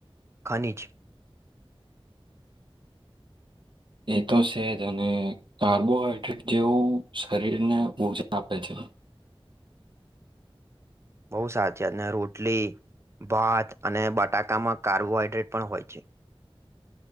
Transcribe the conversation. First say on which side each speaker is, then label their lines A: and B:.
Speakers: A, on the right (about 30°); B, on the right (about 55°).
A: ખનીજ.
B: એ તો સેજ અને કાર્બોહાઈડ્રેટ જેવું શરીરને ઉર્જા આપે છે.
A: <inaudible> બહુ સાચીવાત ને રોટલી ભાત અને બટાકામાં કાર્બોહાઈડ્રેટ પણ હોય છે.